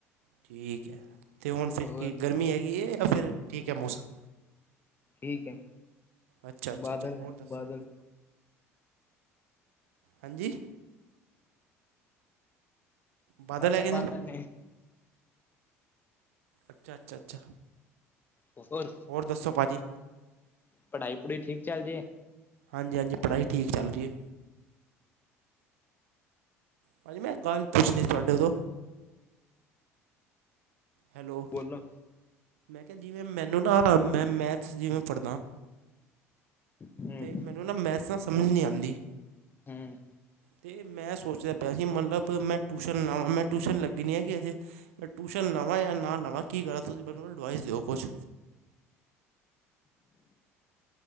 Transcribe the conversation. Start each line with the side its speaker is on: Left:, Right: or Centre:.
Right: ਠੀਕ ਹੈ ਅਤੇ ਹੁਣ ਫਿਰ
Left: ਹੋਰ
Right: ਕੀ ਗਰਮੀ ਹੈਗੀ ਹੈ ਜਾਂ ਫਿਰ ਠੀਕ ਹੈ ਮੌਸਮ-
Left: ਠੀਕ ਹੈ
Right: ਅੱਛਾ ਅੱਛਾ
Left: ਬਾਦਲ
Right: ਅੱਛਾ ਹੋਰ ਦੱਸੋ
Left: ਬਾਦਲ।
Right: ਹਾਂਜੀ। ਬਾਦਲ
Left: ਮੈਂ ਕਿਹਾ
Right: ਹੈਗੇ
Left: ਬਾਤ ਨੇ <unintelligible>
Right: ਅੱਛਾ-ਅੱਛਾ- ਅੱਛਾ।
Left: ਤ ਫਰ
Right: ਹੋਰ ਦੱਸੋ ਭਾਜੀ!
Left: ਪੜ੍ਹਾਈ ਪੜ੍ਹੂਈ ਠੀਕ ਚੱਲਦੀ ਏ।
Right: ਹਾਂਜੀ- ਹਾਂਜੀ ਪੜ੍ਹਾਈ ਠੀਕ ਚੱਲ ਰਹੀ ਹੈ। ਭਾਜੀ ਮੈਂ ਗੱਲ ਪੁੱਛਣੀ ਤੁਹਾਡੇ ਤੋਂ! ਹੈਲੋ।
Left: ਬੋਲੋ
Right: ਮੈਂ ਕਿਹਾ ਜਿਵੇਂ ਮੈਨੂੰ ਨਾ ਮੈਂ ਮੈਥਸ ਜਿਵੇਂ ਪੜ੍ਹਦਾ
Left: ਹਮ
Right: ਤੇ ਮੈ ਔਨਾ ਮੈਥਸ ਤਾਂ ਸਮਝ ਨਹੀਂ ਆਂਦੀ।
Left: ਹਮ
Right: ਤੇ ਮੈਂ ਸੋਚਦਾ ਪਿਆ ਅਸੀ ਮਤਲਬ ਮੈਂ ਟਿਊਸ਼ਨ ਲਾਵਾ ਮੈਂ ਟਿਊਸ਼ਨ ਲੱਗੀ ਨਹੀਂ ਹੈ ਅਜੇ। ਮੈਂ ਟਿਊਸ਼ਨ ਲਾਵਾਂ ਯਾ ਨਾ ਲਾਵਾਂ ਕੀ ਕਰਾ ਤੁਸੀਂ ਮੈਨੂੰ ਨਾ ਅਡਵਾਈਸ ਦਿਓ ਕੁਛ।